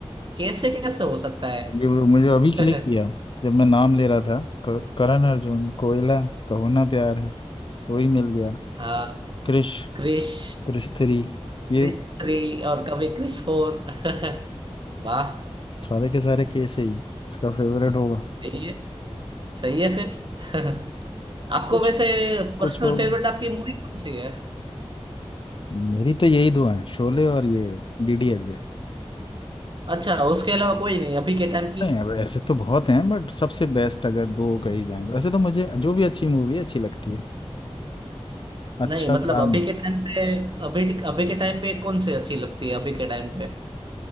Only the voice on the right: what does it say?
कैसे कैसे हो सकता है
<laughs>
हाँ
क्रिश
क्रिश
थ्री और कभी क्रिश फोर <laughs> वाह
सही है सही है फिर <laughs> आपको
वैसे
पर्सनल
फेवरेट आपकी मूवी कौन सी है
अच्छा उसके अलावा कोई नहीं अभी के टाइम की
नहीं मतलब
अभी के टाइम पे अभी अभी के टाइम पे कौन सी अच्छी लगती है अभी के टाइम पे